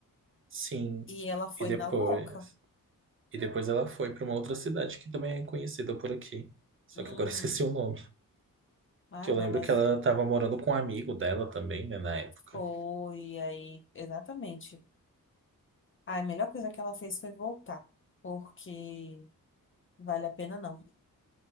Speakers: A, on the right; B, on the left.
A: Sim.
B: E ela foi
A: E depois,
B: na louca.
A: e depois ela foi pra uma outra cidade que também é conhecida por aqui. Só
B: Uhum.
A: que agora <laughs> eu esqueci o nome.
B: Ah,
A: Que eu
B: não,
A: lembro
B: mas
A: que ela tava morando com um amigo dela também, né, na época.
B: foi aí, exatamente. Ah, a melhor coisa que ela fez foi voltar, porque vale a pena não.